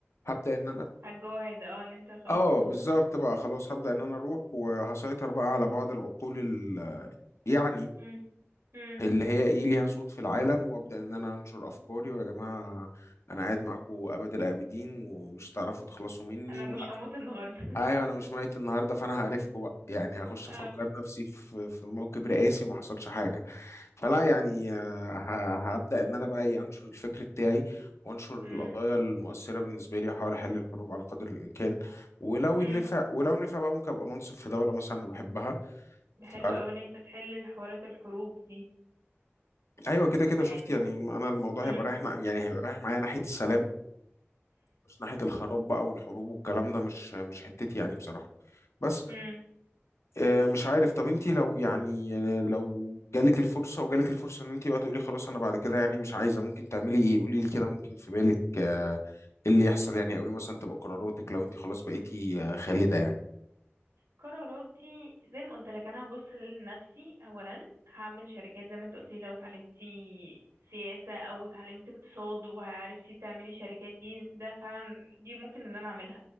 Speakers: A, on the left; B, on the right.
A: هبدا ان انا
B: هتجوعد اه ان انت خلاص
A: اه
B: تموت
A: بالظبط
B: نفسك
A: بقى خلاص هبدا ان انا اروح وهسيطر بقى على بعض العقول ال... يعني
B: امم امم
A: اللي هي ايه ليها صوت في العالم وابدا ان انا انشر افكاري ويا جماعه انا قاعد معاكم ابد الابدين ومش هتعرفوا تخلصوا مني
B: انا مش هموت النهارده <laughs>
A: ايوه انا مش ميت النهارده فانا هقرفكم بقى يعني هخش
B: اه
A: افجر نفسي في في موكب رئاسي وما حصلش حاجه فلا يعني آه، ه- هبدا ان انا بقى ايه انشر الفكر بتاعي وانشر
B: امم
A: القضايا المؤثره بالنسبه لي واحاول احل الحروب على قدر الامكان ولو
B: امم
A: نفع ولو نفع بقى ممكن ابقى منصف في دوله مثلا انا بحبها
B: ده
A: ف-
B: حلو قوي ان انت تحل الحوارات الحروب دي
A: ايوه كده كده
B: يعني
A: شفت يعني انا الموضوع
B: امم
A: هيبقى رايح نع- يعني هيبقى رايح معايا ناحيه السلام مش ناحيه الخراب بقى والحروب والكلام ده مش مش حتتي يعني بصراحه بس
B: امم
A: آه، مش عارف طب انت لو يعني آه، لو جالك الفرصة وجالك الفرصة ان انت بقى تقولي خلاص انا بعد كده يعني مش عايزة ممكن تعملي ايه قولي لي كده ممكن في بالك آه، ايه اللي يحصل يعني او ايه مثلا تبقى قراراتك لو انت خلاص بقيتي آه، خالدة يعني
B: قراراتي زي ما قلت لك انا هبص لنفسي اولا هعمل شركات زي ما انت قلت لي لو اتعلمتي سياسة او اتعلمت اقتصاد وعرفتي تعملي شركات دي ده فعلا دي ممكن ان انا اعملها